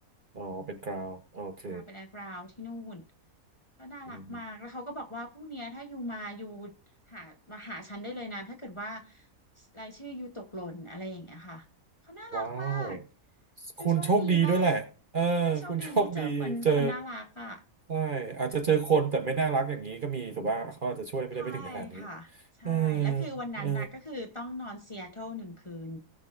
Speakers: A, on the right; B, on the left.
A: อ๋อ เป็นกราวโอเค
B: ค่ะเป็นแอร์กราวที่นู่นก็น่ารักมากแล้วเขาก็บอกว่าพรุ่งเนี้ยถ้ายูมายู
A: อืม
B: หามาหาฉันได้เลยนะถ้าเกิดว่ารายชื่อยูตกหล่นอะไรอย่างเงี้ยค่ะเขาน่ารักมาก
A: ว้าว
B: คือโชคดีมาก
A: คุณโชคดีด้วยแหละเออคุณโชคดีเจอ
B: ใช่โชคดีที่เจอคนคนน่ารักอ่ะ
A: ใช่อาจจะเจอคนแต่ไม่น่ารักอย่างนี้ก็มีถูกป่ะเขาอาจจะช่วยไม่ได้ไม่ถึงขนาดนี้
B: ใช่ค่ะใช่แล้วคือวันนั้นน่ะก็คือต้องนอนซีแอตเทิลหนึ่งคืน
A: เออเออ